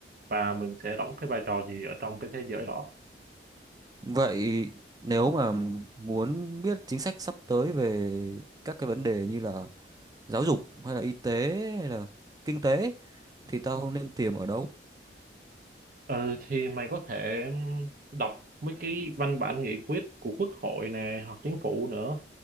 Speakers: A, on the right (about 50°); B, on the right (about 20°).
A: và mình sẽ đóng cái vai trò gì ở trong cái thế giới đó
B: Vậy nếu mà muốn biết chính sách sắp tới về các cái vấn đề như là giáo dục hay là y tế hay là kinh tế thì tao nên tìm ở đâu?
A: ừ thì mày có thể đọc mấy cái văn bản nghị quyết của quốc hội nè hoặc chính phủ nữa